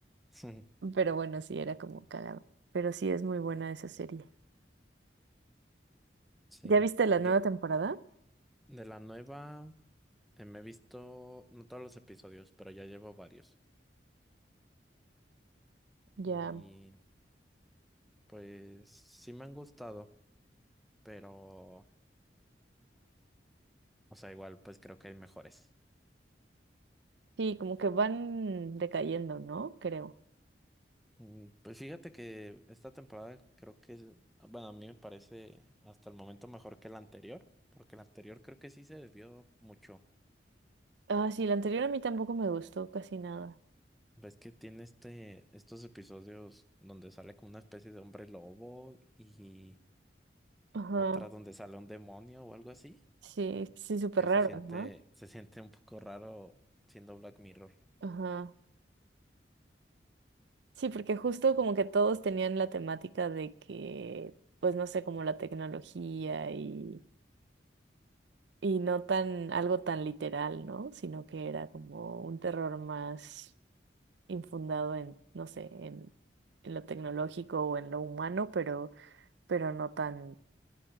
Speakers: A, in the centre; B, on the right (about 75°).
A: <laughs>
B: Pero bueno, sí, era como cagado. Pero sí es muy buena esa serie.
A: Sí,
B: ¿Ya viste la
A: yo
B: nueva temporada?
A: de la nueva eh, me he visto, no todos los episodios, pero ya llevo varios.
B: Ya.
A: Y pues sí me han gustado, pero, o sea, igual pues creo que hay mejores.
B: Sí, como que van decayendo, ¿no? Creo.
A: Mm, Pues fíjate que esta temporada creo que, es- bueno, a mí me parece hasta el momento mejor que la anterior, porque la anterior creo que sí se desvió mucho.
B: Ah, sí, la anterior a mí tampoco me gustó casi nada.
A: Ves que tiene este, estos episodios donde sale como una especie de hombre lobo y
B: Ajá,
A: otra donde sale un demonio o algo así.
B: sí, sí, súper
A: que
B: raro,
A: se siente,
B: ¿no?
A: se siente un poco raro siendo Black Mirror.
B: Ajá. Sí, porque justo como que todos tenían la temática de que, pues no sé, como la tecnología y, y no tan, algo tan literal, ¿no? Sino que era como un terror más infundado en, no sé, en, en lo tecnológico o en lo humano, pero, pero no tan